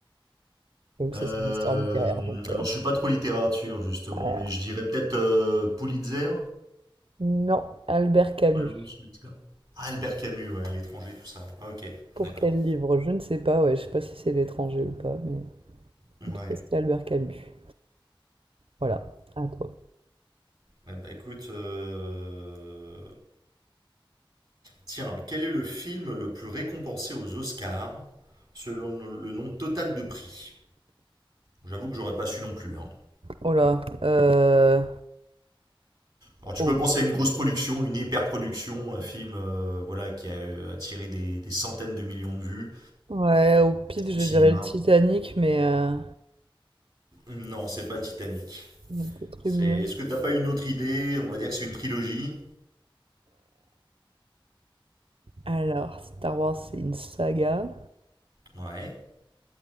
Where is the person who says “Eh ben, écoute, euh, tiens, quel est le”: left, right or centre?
Right